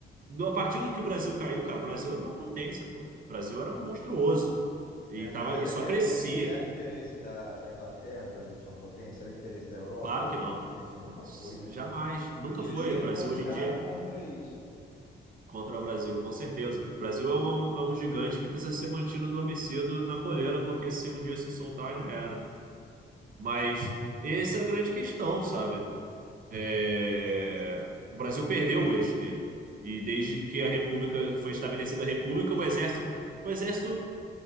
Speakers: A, on the right; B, on the left.
A: No- A partir do que o Brasil caiu, cara, o Brasil era uma potência, pô. O Brasil era monstruoso e,
B: É, mas
A: tava,
B: era
A: e só
B: interesse,
A: crescia.
B: era interesse da, da Inglaterra, o Brasil ser uma potência, era interesse da Europa,
A: Claro
B: o Brasil
A: que não.
B: ser uma potência. Nunca foi, né?
A: Jamais. Nunca
B: E
A: foi.
B: eles sempre
A: Brasil
B: conspiraram
A: hoje em dia
B: contra isso,
A: contra o Brasil, com certeza. Brasil é um, é um gigante que precisa ser mantido adormecido na coleira, porque se um dia se soltar, já era. Mas essa é a grande questão, sabe? É, O Brasil perdeu o eixo dele. E desde que a República foi estabelecida a República, o exército, o exército